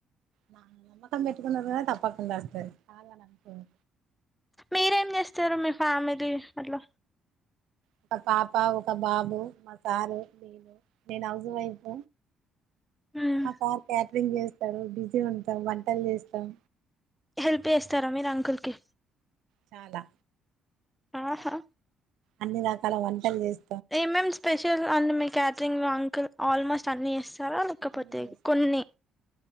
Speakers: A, on the right; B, in the centre.
A: నా నమ్మకం పెట్టుకున్నరు కద తప్పకుండ వస్తది కాదనట్లేదు
B: మీరేం మీ చేస్తారు మీ ఫ్యామిలీ అట్ల
A: ఒక పాప ఒక బాబు మా సారు నేను నేను హౌస్ వైఫ్
B: మ్మ్
A: మా సార్ క్యాటరింగ్ చేస్తాడు బిజీ ఉంటాం వంటలు చేస్తాం
B: హెల్ప్ చేస్తారా మీరు అంకుల్ కి
A: చాలా
B: ఆహా
A: అన్ని రకాల వంటలు చేస్త
B: ఏమేం స్పెషల్ అండి మీ క్యాటరింగ్ లో అంకుల్ ఆల్మోస్ట్ అన్ని ఇస్త తార లేకపోతే
A: అన్ని చేస్తాడు
B: కొన్ని